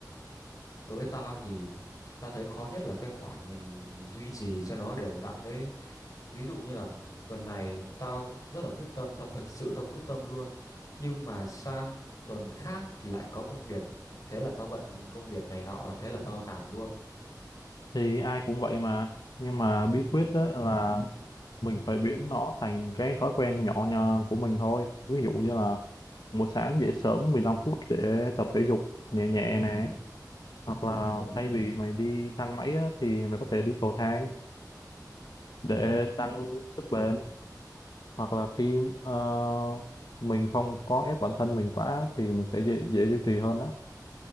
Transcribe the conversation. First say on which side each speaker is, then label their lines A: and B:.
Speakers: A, on the left; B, on the left.
A: Đối với tao thì tao thấy khó nhất là cái khoản mình duy trì cho nó đều đặn đấy. Ví dụ như là tuần này tao rất là quyết tâm, tao thật sự tao quyết tâm luôn. Nhưng mà sang tuần khác thì lại có công việc. Thế là tao bận công việc này nọ, thế là tao nản luôn.
B: thì ai cũng vậy mà nhưng mà bí quyết đó là mình phải biến nó thành cái thói quen nhỏ nhặt của mình thôi ví dụ như là buổi sáng dậy sớm 15 phút để tập thể dục nhẹ nhẹ nè hoặc là thay vì mày đi thang máy á, thì mày có thể đi cầu thang để tăng sức bền hoặc là khi ờ, mình không có ép bản thân mình quá thì mình sẽ dễ, dễ duy trì hơn á